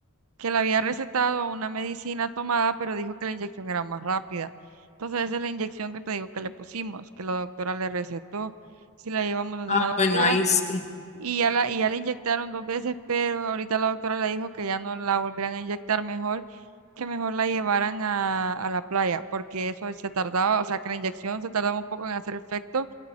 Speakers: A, on the right; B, on the left.
A: que le había recetado una medicina tomada, pero dijo que la inyección era más rápida. Entonces, esa es la inyección que te digo que le pusimos, que la doctora le recetó. Si la llevamos donde
B: Ah,
A: una doctora
B: bueno, ahí sí.
A: y ya la, y ya la inyectaron dos veces, pero ahorita la doctora le dijo que ya no la volverán a inyectar mejor que mejor la llevaran a, a la playa, porque eso se tardaba, o sea, que la inyección se tardaba un poco en hacer efecto